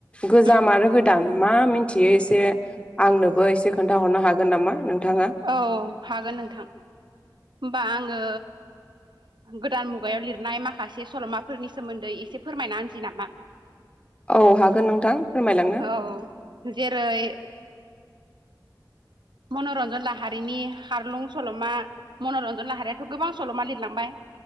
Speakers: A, on the left; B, on the right.
A: गोजाम
B: उम
A: आरो गो गोदान मा मिथियो एसे आंनोबो एसे खोन्थाहरनो हागोन नामा नोंथाङा?
B: औ हागोन नोंथां होमबा आङो गोदान मुगायाव लिरनाय माखासे सल'माफोरनि सोमोन्दै एसे फोरमायना होनसै नामा
A: औ हागोन नोंथां फोरमायलांनो
B: औ जेरै मन'रन्जन लाहारिनि हारलुं सल'मा मनरन्जन लाहारियाथ' गोबां सल'मा लिरलांबाय